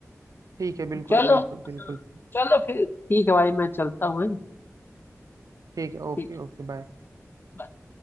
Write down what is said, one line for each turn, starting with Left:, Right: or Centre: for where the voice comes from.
Right: ठीक है बिल्कुल
Left: चलो
Right: बिल्कुल
Left: हाँ,
Right: बिल्कुल
Left: चलो फिर ठीक है भाई मैं चलता हूँ हैं?
Right: ठीक है ओके
Left: ठीक
Right: ओके बाय
Left: है, bye।